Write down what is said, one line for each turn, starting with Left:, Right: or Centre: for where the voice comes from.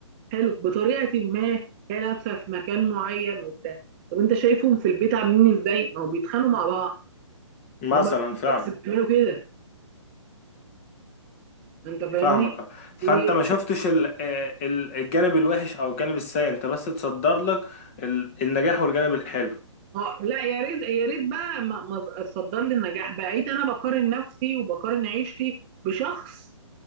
Right: حلو بطريقه ما هي لابسه في مكان معين وبتاع طب انت شايفهم في البيت عاملين ازاي ما هو بيتخانقوا مع بعض
Left: مثلا
Right: ما هم
Left: فعلا
Right: بس بيعملوا كده انت فاهمني
Left: فاهمك آه. فانت
Right: بي-
Left: ما شفتش ال... آه، ال- الجانب الوحش او الجانب السيء انت بس تصدر لك ال... النجاح والجانب الحلو
Right: اه، لا يا ريت يا ريت بقى ما ما تصدر لي النجاح بقيت انا بقارن نفسي وبقارن عيشتي بشخص